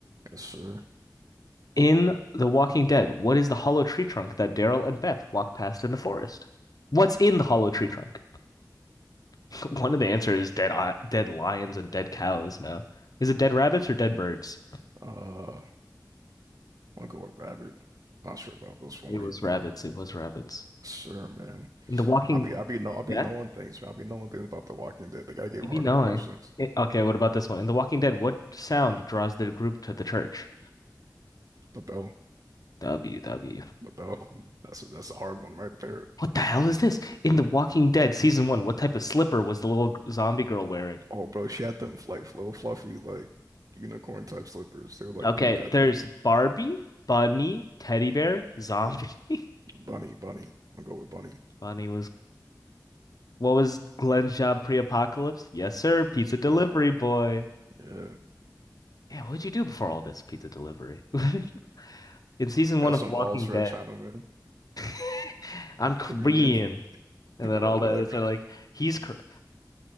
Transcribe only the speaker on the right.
yes sir.
Uh, I'll go with Rabbit. Not sure about this one.
What
do you think?
Yes, sir, man.
I'll be, I'll be, no, I'll be
knowing things, man. I'll be knowing things about The Walking Dead. They gotta give
harder
questions.
The bell.
But bro, that's a, that's a hard one right there.
Oh, bro, she had them like little fluffy like unicorn type slippers. They were like
pink, I think.
Bunny, bunny. I'll go with bunny.
Yep.
Yeah,
got
some
balls for
a Chinaman.
I'm
Korean, <laughs>
Well,
whatever.